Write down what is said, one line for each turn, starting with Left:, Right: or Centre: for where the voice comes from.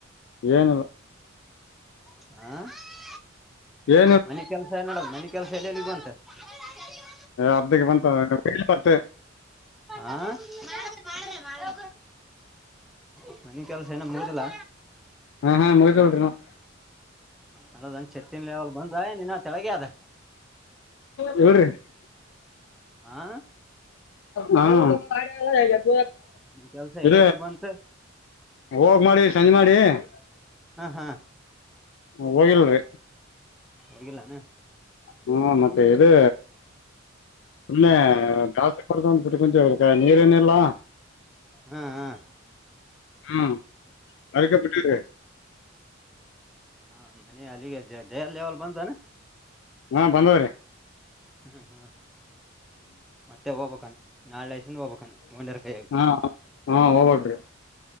Left: ಏನಿಲ್ಲ
Centre: ಸ <unintelligible> ಹ <unintelligible>
Left: ಏನ
Centre: ಮನೆ ಕೆಲಸ ನಡುವ ಮನ ಕೆಲಸ ಎಲ್ಲ ಎಲ್ಲಿಗ್ ಬಂತ <unintelligible> <inaudible>
Left: ಅರ್ಧಕ್ಕೆ ಬಂತ ಯಾಕ್ <inaudible>
Centre: ಹ ವ <inaudible> <inaudible> ಮನೆ ಕೆಲ್ಸ ಇನ್ನ ಮುಗ್ದಿಲ್ಲ
Left: ಹಾ ಹಾ ಮುಗಿತು ಹಲ <unintelligible>
Centre: ನಣದಂಗ್ ಚತ್ತನ್ ೇವಲ್ ಬಂದ ನೀ ಕೆಳಗೆ ಅದ
Left: ಹೇಳ್ರೀ <inaudible>
Centre: ಹಾ
Left: ಹಾ ಹ ಬು
Centre: ಮನಿ ಕೆಲ್ಸ ಎಲ್ಲೆಲ್ಲಿಗ್
Left: ಇ
Centre: ಬಂತ
Left: ಹೋಗ್ ಮಾಡಿ ಸಂಜೆ ಮಾಡಿ, ಹ್ಮ
Centre: ಹ್ಮ್ ಹಾ
Left: ಹೋಗಿಲ್ರಿ,
Centre: ಹಗಲ್ಲಾನ
Left: ಹಾ ಮತ್ತೆ ಇದು, ಇಲ್ಲ ದಾಸಪಡದ ಬಿಟ್ಟ ಕೊಂಚ ಅವಾಯ ನೀರೇನಿಲ್ಲ.
Centre: ಹಾ ಹಾ
Left: ಹ್ಮ್ ಅಕ್ಕೆ ಬಟ್ಟ <inaudible>
Centre: ಹಾ ಮನ ಅಲ್ಲಿಗೆ ಜ ಜಯಲ್ೇವಲ್ ಬಂದಾನ
Left: ಹಾ ಬಂದವ್ರೀ,
Centre: ಹ್ಮ್ ಹ್ಮ್ ಮತ್ತೆ ಹೋಗ್ಬೇಕಾನ. ನಾಳೆಐಸನ್ ಹೋಗ್ಕಣು ಹಂಡರ್ ಕೈಯಗ
Left: ಹಾ ಹಾ ಹೋಗ್ಬೇಕ್ರಿ